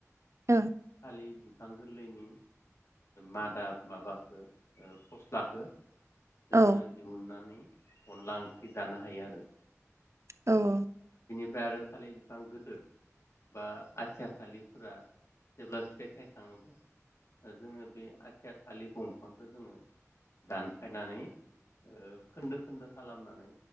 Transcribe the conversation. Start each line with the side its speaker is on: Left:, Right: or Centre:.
Right: ओं
Left: <unintelligible> बिफां गोरलैनि मादा माबाखौ फस्लाखो
Right: औ
Left: जोङो दिहुननानै अनला ओंख्रि जानो हायो आरो।
Right: औ
Left: फ्राय आरो थालिर बिफां गिदोर बा आथिया थाालिरफोरा जेब्ला फिथाइ थायखाङोब्ला जोङो बे आथिया थालिर दंफांखौ जोङो दानफायनानै ओ खोन्दो खोन्दो खालामनानै